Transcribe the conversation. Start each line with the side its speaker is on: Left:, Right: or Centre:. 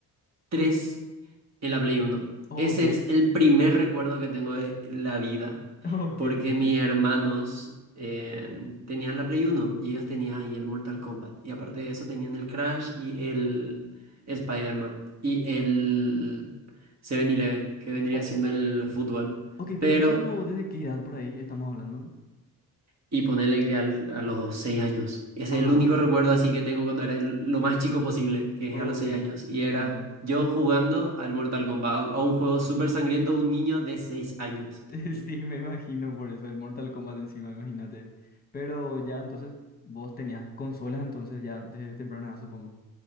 Right: tres en la Play Uno
Left: Ok,
Right: Ese es el primer recuerdo que tengo de la vida,
Left: <laughs> ok,
Right: porque
Left: ok.
Right: mis hermanos eh, tenían la Play Uno y ellos tenían ahí el Mortal Kombat. Y aparte de eso tenían el Crash y el Spider-Man y el 7-Eleven, que vendría
Left: O-
Right: siendo el fútbol.
Left: ok,
Right: Pero
Left: pero eso, ¿desde qué edad por ahí estamos hablando?
Right: y ponerle que al- a los seis años. Ese
Left: Ah,
Right: es el único recuerdo así que tengo cuando era el- lo más chico posible, que
Left: ok,
Right: es a los seis años. Y era
Left: pilla. <laughs>
Right: yo jugando al Mortal Kombat, a un juego súper sangriento, un niño de seis años.
Left: Sí, me imagino por eso, el Mortal Kombat encima, imagínate. Pero ya, entonces, vos tenías consolas, entonces ya, desde temprana edad, supongo.